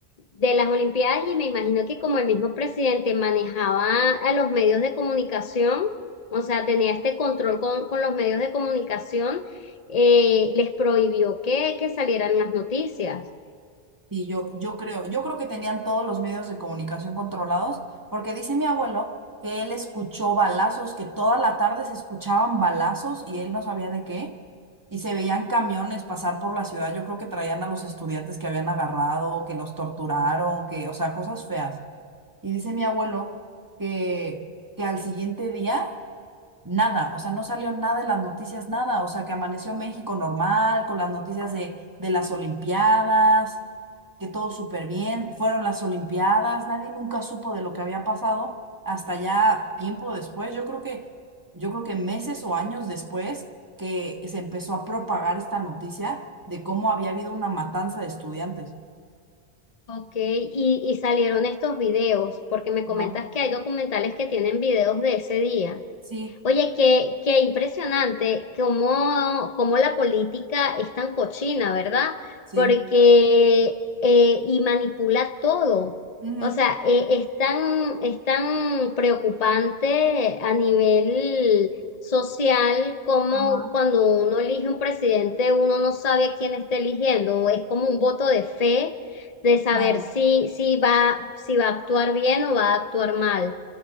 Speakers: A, on the left (about 40°); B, on the right (about 20°).
A: de las Olimpiadas y me imagino que como el mismo presidente manejaba a los medios de comunicación, o sea, tenía este control con, con los medios de comunicación, eh, les prohibió que, que salieran las noticias.
B: Y yo, yo creo, yo creo que tenían todos los medios de comunicación controlados, porque dice mi abuelo que él escuchó balazos, que toda la tarde se escuchaban balazos y él no sabía de qué, y se veían camiones pasar por la ciudad. Yo creo que traían a los estudiantes que habían agarrado, que los torturaron, que, o sea, cosas feas. Y dice mi abuelo que, que al siguiente día Nada, o sea, no salió nada en las noticias, nada, o sea, que amaneció México normal, con las noticias de, de las Olimpiadas, que todo súper bien, fueron las Olimpiadas, nadie nunca supo de lo que había pasado hasta ya tiempo después, yo creo que, yo creo que meses o años después que se empezó a propagar esta noticia de cómo había habido una matanza de estudiantes.
A: Ok, y, y salieron estos videos, porque me comentas
B: Ajá.
A: que hay documentales que tienen videos de ese día.
B: Sí,
A: Oye, qué, qué impresionante cómo, cómo la política es tan cochina, ¿verdad?
B: sí.
A: Porque eh, y manipula todo.
B: Ujú,
A: O sea, eh, es tan, es tan preocupante a nivel social como
B: Ajá,
A: cuando uno elige un presidente, uno no sabe a quién está eligiendo. Es como un voto de fe de saber
B: claro,
A: si, si va, si va a actuar bien o va a actuar mal.